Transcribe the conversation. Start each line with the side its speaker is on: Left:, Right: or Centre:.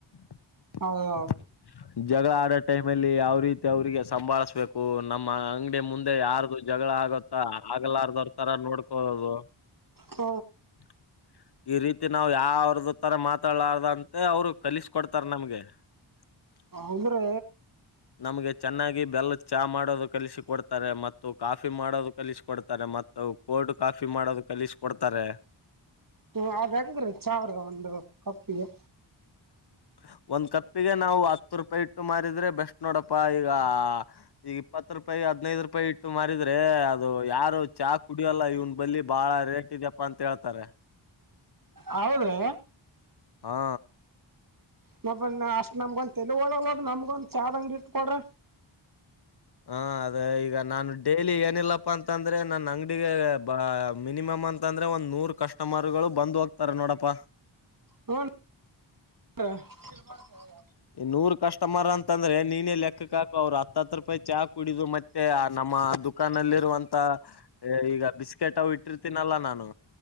Left: <unintelligible>
Right: ಹೌದೌದು
Left: ಜಗಳ ಆಡೋ ಟೈಮ್ ಅಲ್ಲಿ ಯಾವ ರೀತಿ ಅವ್ರಿಗೆ ಸಂಭಾಳಿಸ್ಬೇಕು ನಮ್ಮ ಅಂಗಡಿ ಮುಂದೆ ಯಾರ್ದು ಜಗಳ ಆಗತ್ತ ಆಗಲಾರ್ದವ್ರ ತರ ನೋಡ್ಕೋದು <inaudible>
Right: ಹ
Left: <unintelligible> ಈ ರೀತಿ ನಾವ್ ಯಾವ್ದ ತರ ಮಾತಾಡಾರ್ದ ಅಂತೆ ಅವ್ರು ಕಲಿಸಕ ಕೊಡ್ತಾರ ನಮ್ಗೆ <inaudible> <unintelligible>
Right: ಹೌದ್ರಿ
Left: ನಮ್ಗೆ ಚೆನ್ನಾಗಿ ಬೆಲ್ಲ ಚಾ ಮಾಡ ಕಲಿಸಿಕ ಕೊಡ್ತಾರೆ ಮತ್ತು ಕಾಫಿ ಮಾಡೋದು ಕಲಿಸಿಕ ಕೊಡ್ತಾರೆ ಮತ್ತು ಕೋಲ್ಡ್ ಕಾಫಿ ಮಾಡೋದು ಕಲಿಸಿಕಟ್ಟ ಕೊಡ್ತಾರೆ
Right: ಹ ಅದಂಗ್ರೀ ಚಾವ್ರ ಒಂದು ಕಪ್ಪಿಗೆ
Left: ಹ ಒಂದ್ ಕಪ್ಪಿಗೆ ನಾವು ಹತ್ತು ರೂಪಾಯಿ ಇಟ್ಟು ಮಾರಿದ್ರೆ ಬೆಸ್ಟ್ ನೋಡಪ್ಪಾ ಈಗ ಈಗ ಇಪ್ಪತ್ತು ರೂಪಾಯಿ ಹದ್ನೈದು ರೂಪಾಯಿ ಇಟ್ಟು ಮಾರಿದ್ರೆ ಅದು ಯಾರು ಚಾ ಕುಡಿಯೋಲ್ಲ ಇವ್ನ ಬಳಿ ಬಹಳ ರೇಟ್ ಇದ್ಯಪ್ಪಾ ಅಂತ ಹೇಳ್ತಾರೆ
Right: ಹೌದ್ರೆ
Left: ಹಾ
Right: ಮ ಅಷ್ಟ್ ನಮ್ಗೊಂದ ತೆಲುಗ ಒಳೋಡ್ರ ನಮ್ಗೊಂದ್ ಚಾರ ಅಂಗ ಇಟ್ ಕೊಡ್ರ
Left: ಹ ಅದ ಈಗ ನಾನು ಡೈಲಿ ಏನಿಲ್ಲಪ್ಪಾ ಅಂತಂದ್ರೆ ನನ್ ಅಂಗಡಿಗೆ ಬ ಮಿನಿಮಮ್ ಅಂತ ಅಂದ್ರೆ ಒಂದ್ ನೂರ್ ಕಸ್ಟಮರ್ ಗಳು ಬಂದ್ ಹೋಗ್ತಾರ ನೋಡಪಾ
Right: ಹನ್ <inaudible>
Left: ನೂರ್ ಕಸ್ಟಮರ್ ಅಂತಂದ್ರೆ ನೀನೇ ಲೆಕ್ಕಕ್ಕ ಹಾಕ ಅವರು ಹತ್ತ ಹತ್ ರೂಪಾಯಿ ಚಾ ಕುಡಿದು ಮತ್ತೆ ಆ ನಮ್ಮ ನಮ್ಮ ದುಕಾಾನಲ್ಲಿ ಇರುವಂತ ಈಗ ಬಿಸ್ಕೆಟ್ ಇಟ್ಟಿರ್ತೀನಲ್ಲ ನಾನು